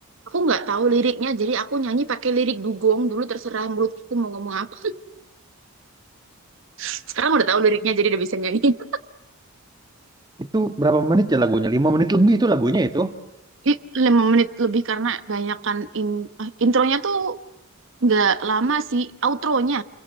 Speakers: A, on the right; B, on the right.
A: Aku nggak tahu liriknya, jadi aku nyanyi pakai lirik dugong. Dulu terserah mulutku mau ngomong apa. Sekarang udah tahu liriknya, jadi udah bisa nyanyi.
B: itu berapa menit ya lagunya lima menit lebih itu lagunya itu
A: I- lima menit lebih karena banyakan in, eh, intronya tuh nggak lama sih outronya